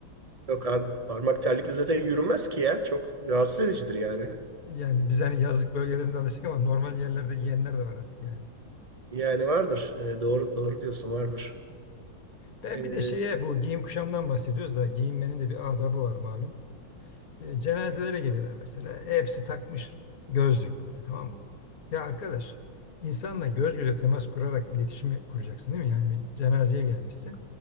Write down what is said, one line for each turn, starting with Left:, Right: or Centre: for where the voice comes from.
Right: yok abi. Parmak terlikle zaten yürünmez ki ya. Çok rahatsız edicidir yani.
Left: Yani biz hani yazlık bölgelerinde alıştık ama normal yerlerde giyenler de var artık yani.
Right: Yani vardır. Ee, doğru doğru diyorsun vardır.
Left: Ben
Right: Ee,
Left: bir de şeye bu giyim kuşamdan bahsediyoruz da giyinmenin de bir adabı var malum. E, cenazelere geliyorlar mesela. E, Hepsi takmış gözlük böyle tamam mı? Ya arkadaş insanla göz göze temas kurarak iletişim kuracaksın değil mi? Yani bir cenazeye gelmişsin.